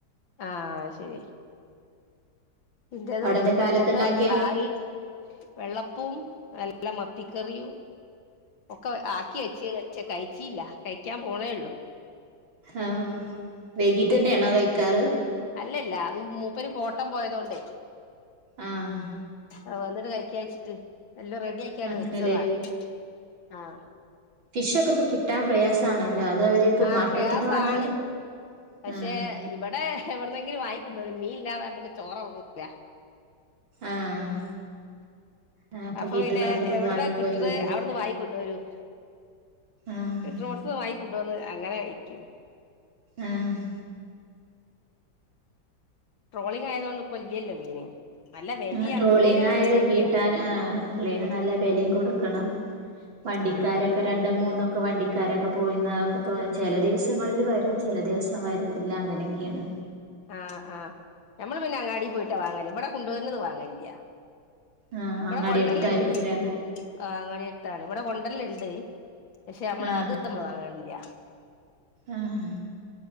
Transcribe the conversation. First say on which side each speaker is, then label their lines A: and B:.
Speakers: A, on the left (about 80°); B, on the right (about 85°).
A: ആഹ് അഹ് ശരി ഇന്റത്
B: അവിടെ എന്താ കാലത്തുണ്ടാക്കിയ
A: എല്ലൊം ആയീണ് വെള്ളപ്പം നല്ല മത്തിക്കറിയും ഒക്കെ ആക്കി വച്ചീന് കയിച്ചീല്ല കയിക്കാൻ പോണേ ഉള്ളു
B: ആഹ് വൈകീട്ടന്ന്യാണൊ കഴിക്കാറ്
A: അല്ലല്ല ഇന് മൂപ്പര് ഓട്ടം പോയതോണ്ടേ
B: ആഹ്
A: ആഹ് വന്നിട്ട് കയിക്കാച്ചിട്ട് എല്ലൊം റെഡിയാക്കിങ്ങ്ട്
B: അങ്ങനെ
A: വെച്ചതാണ് ആഹ്
B: ഫിഷൊക്കെ ഇപ്പൊ കിട്ടാൻ പ്രയാസാണല്ലോ അത് അവര്ക്
A: ആ
B: മാർക്കറ്റ്ന്ന്
A: പ്രയാസാണ്
B: വാങ്ങാതെ
A: പക്ഷെ
B: ആഹ്
A: ഇവടെ എവട്ന്നെങ്കിലും വാങ്ങികുണ്ടോരും മീൻ ഇല്ലാതെ ഞമ്മക്ക് ചോററങ്ങൂല
B: ആഹ് ആഹ്
A: അപ്പൊ
B: കിട്ടുന്നോടത്ത്ന്ന്
A: പിന്നെ എവ്ട്ന്നാ
B: വാങ്ങിക്കൊണ്ടല്ലേ
A: കിട്ട്ണെഹ് അവ്ട്ന്ന് വാങ്ങി ക്കൊണ്ട് വരും
B: ആഹ്
A: കിട്ട്ണോട്ത്ത്ന്ന് വാങ്ങികൊണ്ട് വന്ന് അങ്ങനെ കഴിക്കും
B: ആഹ്
A: ട്രോളിങ് ആയതോണ്ട് ഇപ്പൊ ഇല്ല്യല്ലോ മീന് നല്ല വെലയാണ്
B: ആഹ് ട്രോളിംഗ്
A: ഉള്ളേന്
B: ആയത്
A: നല്ല വെലയാണ്
B: കീട്ടാന് ആഹ് ഇള്ളേന് നല്ല വെലയും കൊടുക്കണം വണ്ടിക്കാരൊക്കെ
A: ആഹ്
B: രണ്ട് മൂന്നൊ ക്കെ വണ്ടിക്കാരൊക്കെ പോയിന്നതൊക്കെ ഇപ്പള് ചെല ദിവസങ്ങളില് വരും ചെല ദിവസം വരത്തില്ല അങ്ങനെക്ക്യേണ്
A: ആഹ് ആഹ് ഞമ്മള് പിന്നെ അങ്ങാടി പോയിട്ടാ വാങ്ങല് ഇവടെ കൊണ്ടുവര്ണത് വാങ്ങലില്ല്യാ
B: ആഹ്
A: ഇവടെ
B: അങ്ങാടി
A: കൊണ്ടെര്ല്ണ്ട്
B: അടുത്തായിരിക്കൂലേ
A: ഉം ആഹ് അങ്ങാടി എര്ത്താണ് ഇവടെ കൊണ്ടെര്ല്ണ്ട് പക്ഷെ അമ്മള്
B: ആഹ്
A: അത് അമ്മള് വാങ്ങലൊന്നുംല്ല്യ
B: ആഹ് ആഹ്